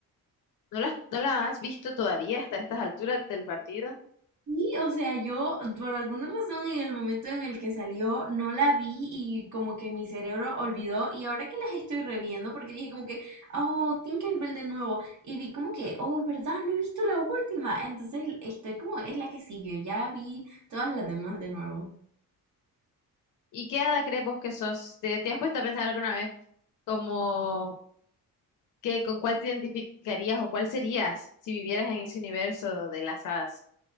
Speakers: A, on the left; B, on the right.
A: ¿No las, no las has visto todavía hasta estas alturas del partido?
B: Sí, o sea, yo por alguna razón en el momento en el que salió no la vi y como que mi cerebro olvidó y ahora que las estoy reviendo porque dije como que, oh, Tinkerbell de nuevo y vi como que, oh, es verdad, no he visto la última, entonces estoy como, es la que sigue, ya vi todas las demás de nuevo.
A: ¿Y qué hada crees vos que sos? ¿Te, te has puesto a pensar alguna vez como que con cuál te identificarías o cuál serías si vivieras en ese universo de las hadas?